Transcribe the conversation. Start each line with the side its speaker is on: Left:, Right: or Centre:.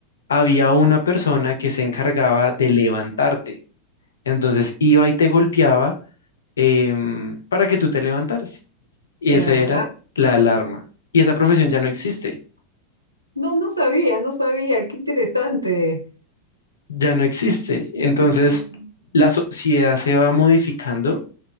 Left: había una persona que se encargaba de levantarte. Entonces iba y te golpeaba em, para que tú te levantaras. Y
Right: De
Left: esa
Right: verdad.
Left: era la alarma. Y esa profesión ya no existe,
Right: No, no sabía, no sabía. Qué interesante.
Left: ya no existe. Entonces,
Right: Ujú.
Left: la sociedad se va modificando